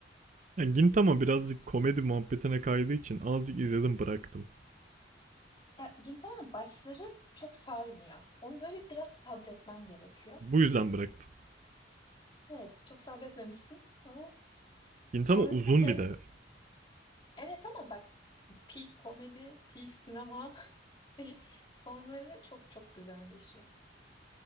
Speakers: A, on the right; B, on the left.
A: Ya Gintama birazcık komedi muhabbetine kaydığı için azıcık izledim bıraktım.
B: Ya Gintama'nın başları çok sarmıyor. Onu böyle biraz sabretmen gerekiyor.
A: Bu yüzden bıraktım.
B: Evet, çok sabretmemişsin ama
A: Gintama
B: sonrasında
A: uzun
B: hem
A: bir de.
B: evet ama bak peak komedi, peak sinema <laughs> hani sonları çok çok güzelleşiyor.